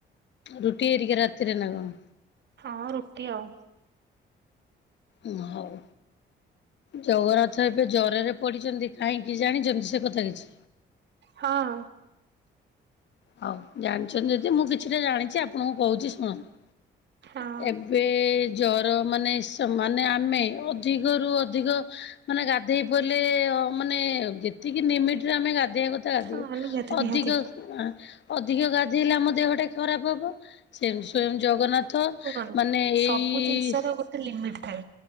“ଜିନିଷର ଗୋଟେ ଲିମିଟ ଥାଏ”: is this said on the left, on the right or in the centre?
Right